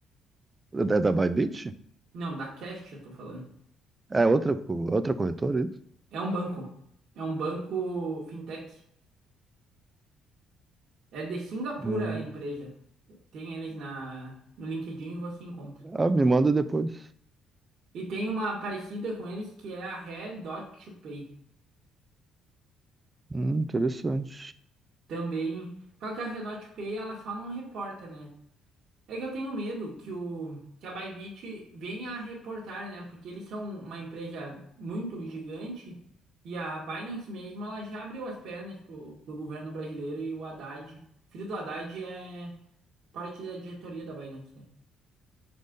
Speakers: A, on the right; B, on the right.
A: É da é da Bybit?
B: Não, da Cash eu tô falando.
A: É outra, co- outra corretora, é isso?
B: É um banco. É um banco fintech. É de Singapura
A: Hum.
B: a empresa. Tem eles na, no LinkedIn e você encontra.
A: Ah, me manda depois.
B: E tem uma parecida com eles que é a Redot Pay.
A: Hum, interessante.
B: Também. Só que a Redot Pay ela só não reporta, né? É que eu tenho medo que o que a Bybit venha a reportar, né? Porque eles são uma empresa muito gigante e a Binance mesmo, ela já abriu as pernas pro, pro governo brasileiro e o Haddad, filho do Haddad é parte da diretoria da Binance, né?